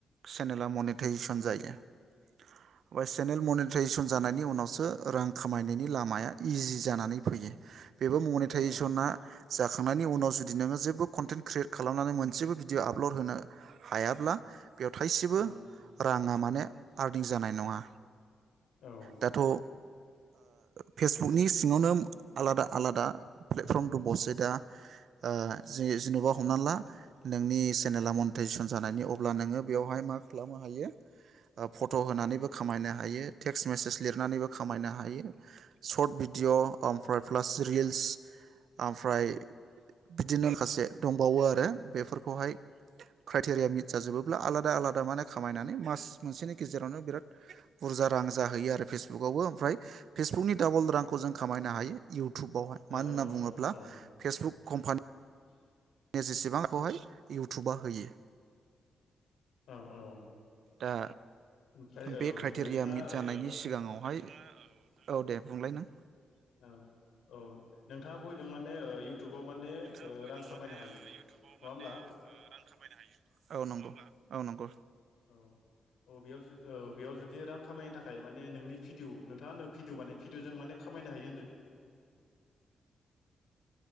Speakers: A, on the right; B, on the left.
A: चेनेल <unintelligible> मनिटायजिचन जायो सेनेल मनिटायजिचन जानायनि उनावसो रां खामायनायनि लामाया इजि जानानै फैयो। बेबो मनिटाइजेसना
B: ओं
A: जाखांनायनि उनाव जुदि नों जेबो कन्टेन्ट क्रियेट खालामनानै मोनसेबो भिडिय' आपल'ड होनो हायाब्ला बेयाव थाइसेबो
B: औ
A: राङा माने आर्निं जानाय नङा।
B: औ ओं औ
A: दाथ' ओ फेसबुकनि सिङावनो आलादा आलादा प्लेटफर्म दंबावसै दा। ओ जे- जेने'बा हमना ला नोंनि चेनेला मनिटाइजेसन जानायनि अब्ला नोङो बेवहाय मा खालामनो हायो फट' होनानैबो खामायनो हायो टेक्स टेक्स मेसेज लिरनानैबो खामायनो हायो। शर्ट भिडिअ ओमफ्राय प्लास रिल्स ओमफ्राय बिदिनोखासे आरो बेफोर खौहाय क्राइटेरिया मि जाजोबोब्ला आलादा आलादा माने खामायनानै मास मोनसेनि गेजेरावनो बिराद बुरजा रां जाहैयो आरो फेसबुकआवबो ओमफ्राय फेसबुकनि डाबल रांखौ जों खामायनो हायो इउटुबावहाय
B: औ
A: मानो होनना बुङोब्ला फेसबुक कम्पानि <unintelligible> जेसेबांखौहाय इउटुबा होयो।
B: औ औ
A: दा
B: ओमफ्राय औ
A: बे क्राइटेरिया
B: नोंथाङा
A: मिट
B: औ
A: जानायनि
B: नों
A: सिगाङावहाय औ दे बुंलाय नों
B: औ औ नोंथाङा बयदों माने ओ इउटुबाव माने
A: नोंथाङा
B: ओ
A: बैदों
B: रां खामायनो
A: माने
B: हायो
A: इउथुबाव
B: नङा
A: माने
B: होमब्ला
A: रां खामायनो हायो औ नंगौ औ नंगौ
B: औ औ बेयावजु औ बेयावजुदि रां खामायनो थाखाय माने नोंनि भिडिअ नोंथाङा नों भिडिअ माने भिडिअजों माने खामायनो हायो होनदों।